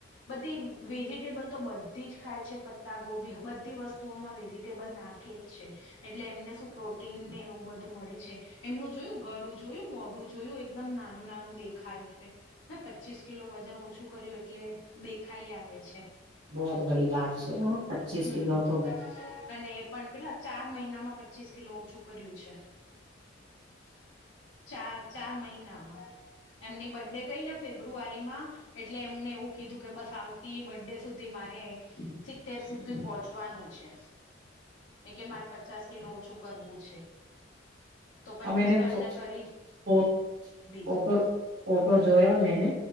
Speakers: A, on the left; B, on the right.
A: બધી વેજીટેબલ તો બધી જ ખાય છે પત્તા ગોબી બધી વસ્તુઓમાં વેજીટેબલ નાખ ખે જ છે એટલે એમને સુ પ્રોટીન ને એવું બધું મળે. છે. એમનું જોયું ગળું જોયું મોઢું જોયું એકદમ નાનું નાનું દેખાય છે. ને પચીસ કિલો વજન ઓછું કર્યું એટલે દેખાઈ આવે છે.
B: બહોત બડી વાત છે, હો પચીસ
A: હમ
B: કિલો તો
A: અને એ પણ કેટલા ચાર મહિનામાં પચીસ કિલો ઓછું કર્યું છે. ચાર ચાર મહિનામાં એમની બર્થડે ગઈ ને ફેબ્રુઆરી માં એટલે એમને એવું કીધું કે બસ આવતી બર્ડે સુધી મારે સિત્તેર સુધી પહોંચવાનું છે. એ કે મારે પચાસ કિલો ઓછું કરવું છે. તો પચીસ
B: આમે ને
A: તો એમને
B: ફો
A: કરી
B: ફો
A: દીધું
B: ફોટો ફોટો જોયા મેને.